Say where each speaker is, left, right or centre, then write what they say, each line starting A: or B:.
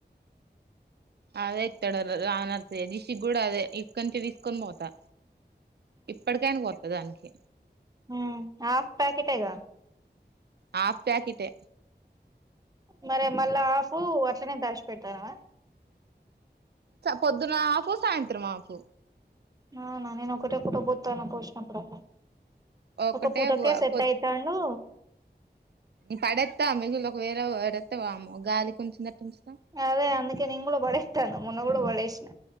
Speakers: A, on the right; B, on the right.
A: అదే ఇత్తడు రాన రిషికి కూడా అదే ఇక్క నుంచి తీసుకొని పోతా ఇప్పటికైనా పోత్త దానికి
B: మ్ హాఫ్ ప్యాకెటే గ
A: హాఫ్ ప్యాకెటే
B: మరె మళ్ళ ఆఫ్ అట్లనే దాచి పెడుతానవ
A: పొద్దున హాఫ్ సాయంత్రం హాఫ్
B: అవునా నేను ఒకటే పూట పొత్తన పోసినప్పుడల్లా
A: ఒకటే
B: ఒక పూటకే సెట్
A: పొద్
B: అయి తాండూ
A: పడేత్త మిగిలి ఒక వేల పడేతె వామ్మో గాలికి ఉంచినట్టు ఉంచుత
B: అదే అందుకే నేను కూడా పడేస్తాన మొన్న కూడా పడేసిన